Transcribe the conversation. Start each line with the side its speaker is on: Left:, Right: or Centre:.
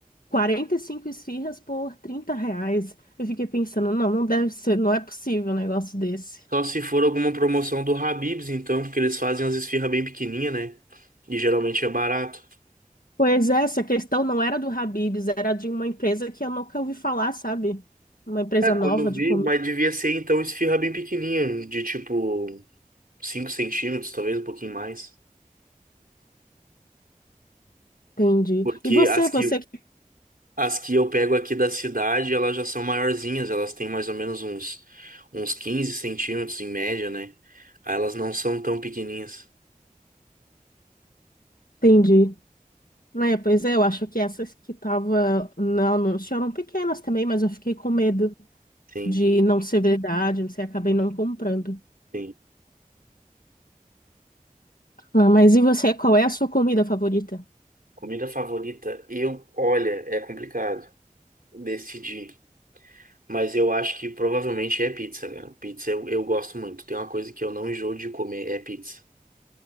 Left: 45 esfirras por 30 reais. Eu fiquei pensando, não, não deve ser, não é possível um negócio desse.
Right: Só se for alguma promoção do Habib's, então, porque eles fazem as esfirras bem pequenininha, né? E geralmente é barato.
Left: Pois é, essa questão não era do Habib's, era de uma empresa que eu nunca ouvi falar, sabe? Uma empresa
Right: É, quando
Left: nova
Right: eu
Left: de
Right: vi,
Left: comida.
Right: mas devia ser então esfirra bem pequenininha, de tipo 5 centímetros, talvez um pouquinho mais.
Left: Entendi.
Right: Porque
Left: E você,
Right: as que,
Left: você que
Right: as que eu pego aqui da cidade, elas já são maiorzinhas, elas têm mais ou menos uns, uns 15 centímetros em média, né? Aí elas não são tão pequenininhas.
Left: entende? É, pois é, eu acho que essas que tava no anúncio eram pequenas também, mas eu fiquei com medo
Right: Sim,
Left: de não ser verdade, não sei, acabei não comprando.
Right: sim.
Left: Ah, mas e você, qual é a sua comida favorita?
Right: Comida favorita, eu, olha, é complicado decidir. Mas eu acho que provavelmente é pizza, cara. Pizza eu, eu gosto muito. Tem uma coisa que eu não enjoo de comer, é pizza.